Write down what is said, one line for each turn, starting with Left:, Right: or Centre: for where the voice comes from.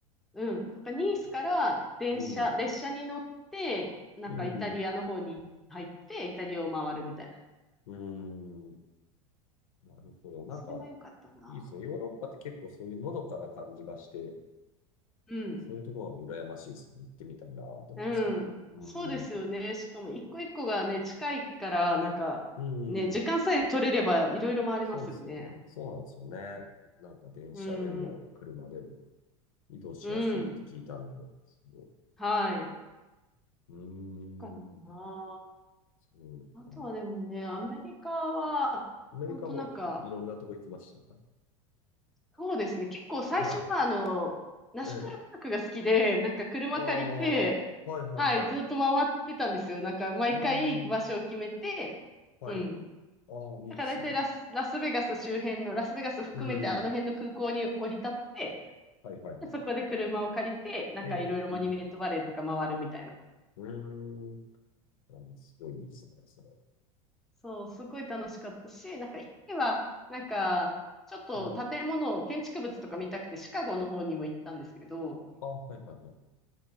Centre: うん、なんかニースから電車、
Left: あうん、
Centre: 列車に乗って、なんかイタリアの方に入って、
Left: うん、
Centre: イタリアを回るみたいな。
Left: うん。なるほど。なんか、
Centre: それも良かったな。
Left: いいですね。ヨーロッパって結構そういうのどかな感じがして、
Centre: うん。
Left: そういうところは羨ましいですよね。行ってみたいなと思うんですけど。
Centre: うん。
Left: うん、
Centre: そうですよね。しかも一個一個がね、近いから、なんか、
Left: うん。
Centre: ね、時間さえ取れればいろいろ回れますよね。
Left: そうですね。そうなんですよね。なんか電車でも車でも。
Centre: うん、うん。
Left: 移動しやすいって聞いたんで、
Centre: うん。
Left: そ
Centre: はい。よ
Left: う。うーん、
Centre: かったな。
Left: そうか。
Centre: あとはでもね、アメリカは、
Left: アメリカもいろんなとこ行きました
Centre: 本当なんか、そうですね。結構最初は、
Left: は
Centre: あの、ナショナルパークが好きで、
Left: い。ええ。
Centre: なんか車借りて、
Left: ああ、はいはいはい。
Centre: はい、ずっと回ってたんですよ。なんか毎回行く場所を決めて、
Left: うーん。はい。
Centre: うん。
Left: ああ、いいですね。
Centre: だから大体ラス、ラスベガス周辺の、ラスベガス含めてあの辺の空港に降り立って、
Left: うん。はいはいはい。
Centre: でそこで車を借りて、なんかいろいろモニュメントバレーとか回るみたいな。
Left: で、うん。うーん。あのすごいいいですね、それ。
Centre: そう、すごい楽しかったし、なんか一時は、なんか、ちょっと建物、
Left: うん。
Centre: 建築物とか見たくてシカゴの方にも行ったんですけど、
Left: あ、はいはいはい。